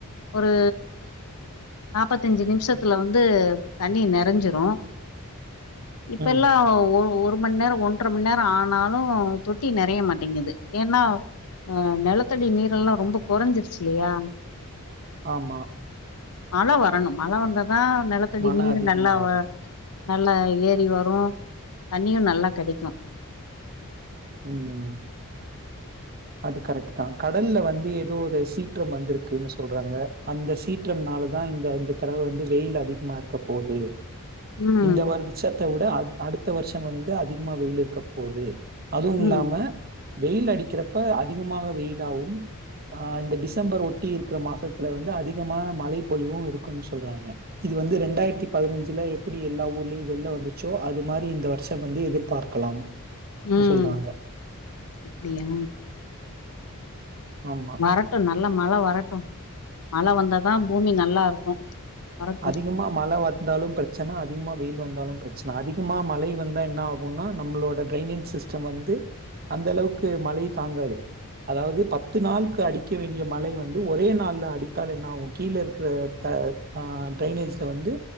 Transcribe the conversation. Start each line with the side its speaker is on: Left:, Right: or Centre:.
Left: ஒரு நாப்பத்தஞ்சி நிமிஷத்துல
Right: ம்.
Left: வந்து தண்ணி நெறஞ்சிரு இப்ப
Right: ம்.
Left: எல்லா ஒரு மணி நேர ஒன்றர மணி நேரோ ஆனு னாலு தொட்டி நெறைய மாட்டேங்குது ஏன்னா ஆ நெலத்தடி நீரெல்லா ரொம்ப குறைஞ்சிருச்சி இல்லயா
Right: ஆமா
Left: மழ வரணு மழ வந்ததா நிலத்தடி
Right: மழை
Left: நீர்
Right: அதிகமா
Left: நல்லா
Right: வரும்.
Left: வ நல்லா ஏறி வரு தண்ணியு நல்லா கெடைக்கு
Right: ம் ம் அது கரெக்ட் தா கடல்ல வந்து ஏதோ ஒரு சீற்றோ வந்திருக்குன்னு சொல்றாங்க அந்த சீற்றம்னாலதா இந்த இந்த தடவ வந்து வெயில் அதிகமா இருக்க போது
Left: ம்
Right: இந்த வருஷத்த விட அ அடுத்த வருஷம் வந்து அதிகமா வெயில் இருக்க போகுது அதுவு இல்லாம
Left: ம்
Right: வெயில் அடிக்கிறப்ப அதிகமாக வெயிலாவு ஆ இந்த டிசம்பர் ஒட்டி இருக்கிற மாசத்துல வந்து அதிகமான மழை பொழிவு இருக்குனு சொல்றாங்க இது வந்து ரெண்டாயிரத்தி பதினஞ்சுல எப்டி எல்லா ஊர்லயு வெள்ள வந்துச்சோ அது மாரி இந்த வருஷம் வந்து எதிர்பாக் கலாம்
Left: ம்
Right: சொல்றாங்க
Left: அப்டியா
Right: ஆமா.
Left: வரட்டு நல்லா மழ வரட்டு மழ வந்ததா பூமி நல்லா இருக்கு வரட்டு
Right: அதிகமா மழ வந்தாலு பிரச் ச்சன அதிகமா வெயில் வந்தாலும் பிரச்சன அதிகமா மழை வந்தா என்ன ஆகும்னா நம்மளோட டிரைனிங் சிஸ்டம் வந்து அந்த அளவுக்கு மழை தாங்காது அதாவது பத்து நாளுக்கு அடிக்க வேண்டிய மழை வந்து ஒரே நாள் அடித்தால் என்ன ஆவும் கீழ இருக்ற த ஆ ட்ரைனேஜ்ல வந்து